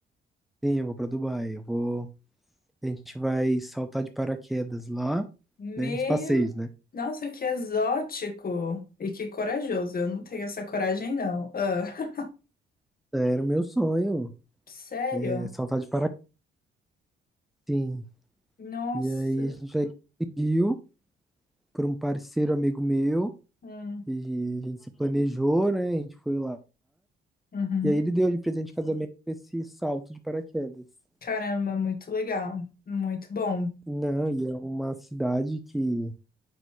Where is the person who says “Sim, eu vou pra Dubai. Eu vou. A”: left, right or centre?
Centre